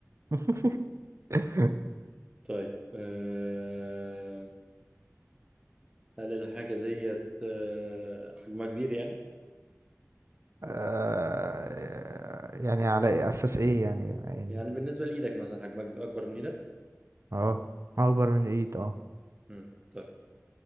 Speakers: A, on the right (about 60°); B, on the right (about 20°).
A: <laughs>
B: <laughs> طيب آه هل الحاجة ديت آه، حجمها كبير يعني؟
A: آه، يعني على اساس ايه يعني يعني
B: يعني بالنسبة لإيدك مثلا حجمها كب- أكبر من إيدك؟
A: اه اكبر من الايد اه
B: مم. طيب